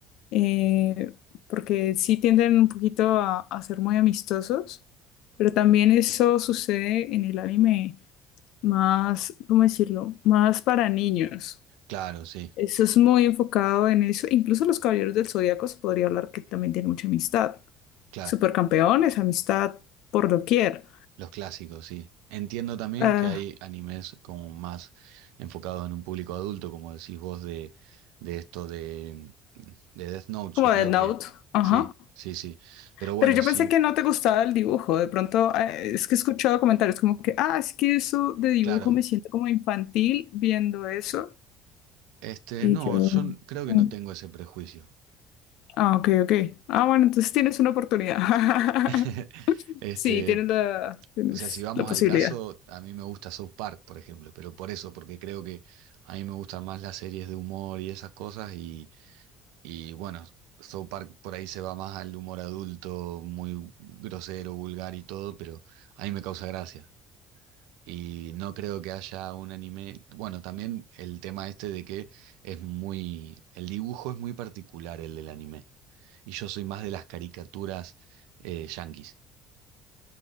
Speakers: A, on the left; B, on the right.
A: eh, porque sí tienden un poquito a, a ser muy amistosos, pero también eso sucede en el anime más, ¿cómo decirlo? Más para niños.
B: Claro, sí,
A: Eso es muy enfocado en eso. Incluso los Caballeros del Zodíaco se podría hablar que también tienen mucha amistad.
B: claro.
A: Supercampeones, amistad por doquier.
B: Los clásicos, sí. Entiendo también
A: Ah,
B: que hay animes como más enfocados en un público adulto, como decís vos, de, de esto de, de Death Note,
A: como
B: yo creo
A: Death Note.
B: que
A: Ajá.
B: sí, sí, sí. Pero bueno,
A: Pero yo
B: sí,
A: pensé que no te gustaba el dibujo. De pronto, eh, es que he escuchado comentarios como que, ah, es que eso de dibujo
B: claro.
A: me siento como infantil viendo eso.
B: Este,
A: Y
B: no,
A: yo,
B: yo n- creo que
A: "Mm,
B: no tengo ese prejuicio.
A: ah, ok, ok. Ah, bueno, entonces tienes una oportunidad. <laughs>
B: <laughs> Este,
A: Sí, tienes la, tienes
B: o sea, si vamos
A: la posibilidad.
B: al caso, a mí me gusta South Park, por ejemplo, pero por eso, porque creo que a mí me gustan más las series de humor y esas cosas Y bueno, South Park por ahí se va más al humor adulto, muy grosero, vulgar y todo, pero a mí me causa gracia. Y no creo que haya un anime. Bueno, también el tema este de que es muy. El dibujo es muy particular el del anime. Y yo soy más de las caricaturas eh, yanquis.